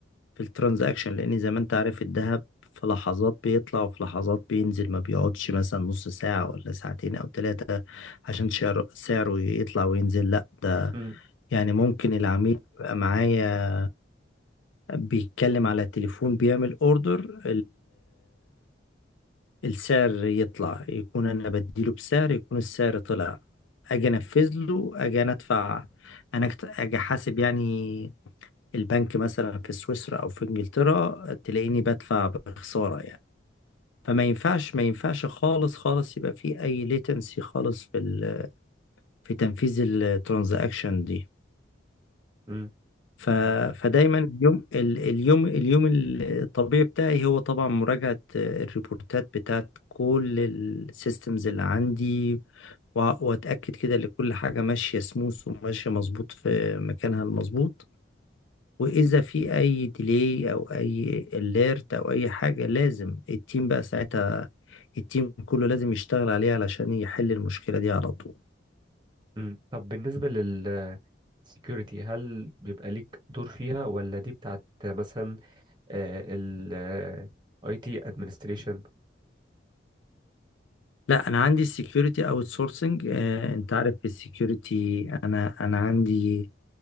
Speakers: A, on the left; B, on the right.
A: في الترانزاكشن لان زي ما انت عارف الذهب في لحظات بيطلع وفي لحظات بينزل ما بيقعدش مثلا نص ساعة ولا ساعتين او ثلاثة عشان شعره- سعره يطلع وينزل لا ده
B: امم
A: يعني ممكن العميل يبقى معايا بيتكلم على التليفون بيعمل اوردر السعر يطلع يكون انا بديله بسعر يكون السعر طلع اجي انفذ له اجي انا ادفع انا أكت- اجي احاسب يعني البنك مثلا في سويسرا او في انجلترا تلاقيني بدفع بخسارة يعني فما ينفعش ما ينفعش خالص خالص يبقى في اي ليتنسي خالص في ال... في تنفيذ الترانزاكشن دي
B: امم
A: ف... فدايما اليوم ال- اليوم اليوم الطبيعي بتاعي هو طبعا مراجعة الريبورتات بتاعت كل السيستمز اللي عندي وأ- واتاكد كده ان كل حاجه ماشيه سموث وماشيه مظبوط في مكانها المظبوط واذا في اي ديلي او اي اليرت او اي حاجه لازم التيم بقى ساعتها التيم كله لازم يشتغل عليه علشان يحل المشكله دي على طول
B: امم طب بالنسبة لل آه، security هل بيبقى ليك دور فيها ولا دي بتاعت مثلا آه، ال آه، IT administration
A: لا انا عندي السكيورتي اوت سورسنج انت عارف في السكيورتي انا انا عندي